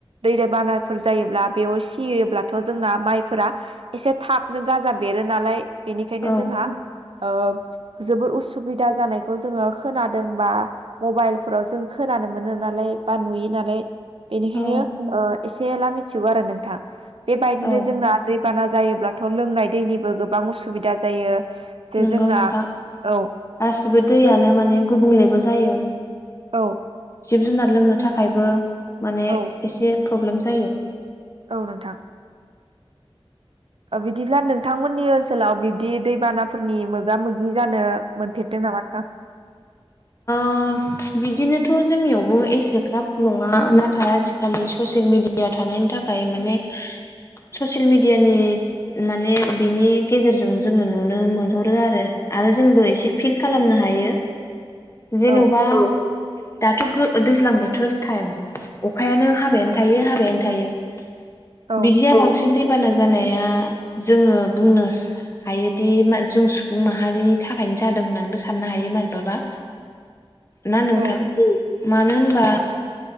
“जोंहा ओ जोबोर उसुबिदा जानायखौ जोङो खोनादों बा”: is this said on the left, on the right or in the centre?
Right